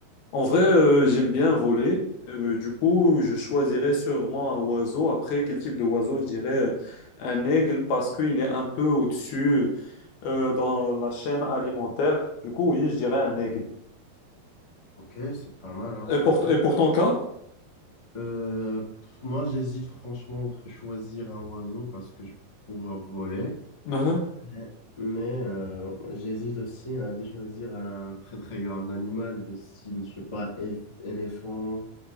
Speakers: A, on the left (about 75°); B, on the left (about 20°).
A: En vrai, euh, j'aime bien voler. Euh, du coup, je choisirais sûrement un oiseau. Après, quel type de oiseau? Je dirais euh, un aigle parce qu'il est un peu au-dessus euh, dans la chaîne alimentaire. Du coup, oui, je dirais un aigle.
B: Ok, c'est pas mal, hein, sympa.
A: Et pour, et pour ton cas?
B: Euh, pff, moi, j'hésite franchement entre choisir un oiseau parce que je pourrais voler,
A: Mhm,
B: Ouais. mais euh, j'hésite aussi à de choisir un très très grand animal du style, je sais pas, éf- éléphant,